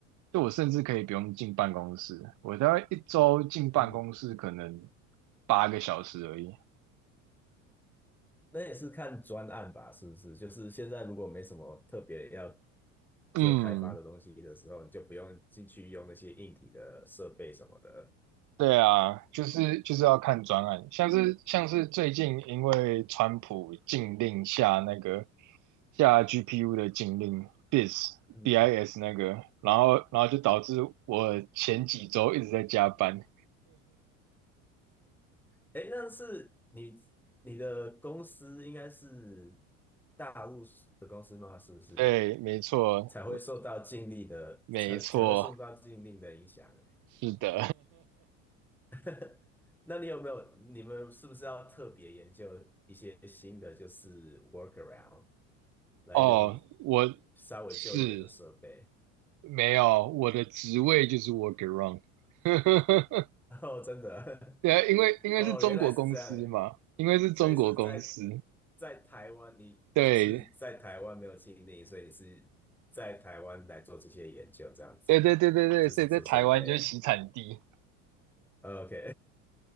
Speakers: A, on the right; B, in the centre.
A: 就我甚至可以不用进办公室，我大概一周进办公室可能
B: 嗯，
A: 八个小时而已。
B: 那也是看专案吧，是不是？就是现在如果没什么特别要做开发的东西的时候，
A: 嗯，
B: 你就不用进去用那些硬体的设备什么的。
A: 对啊，就是就是要看专案，像是像是最近因为川普禁令下那个下 GPU 的禁令 BIS
B: 嗯，
A: BIS 那个，然后然后就导致我前几周一直在加班。
B: 哎，那是你你的公司应该是大陆的公司吗？是不是
A: 对，没错，
B: 才会受到禁令的才才会受到禁令的影响欸？
A: 我没错，是的。
B: <laughs> 那你有没有，你们是不是要特别研究一些新的，就是 workaround
A: <laughs>
B: 来用
A: 哦，我
B: 稍微旧一点的设备？
A: 是没有我的职位就是 workaround。<laughs>
B: <laughs> 哦，真的，
A: 对啊，因为因为是中国公司嘛，
B: <laughs> 哦，原来是这样，
A: 因为是中国公司，
B: 所以是在在台湾，你就是在台湾没有经历，
A: 对，
B: 所以你是在台湾来做这些研究，这样子，
A: 对对对对对，
B: 就是做设备。
A: 所以在台湾就是洗产地。
B: OK，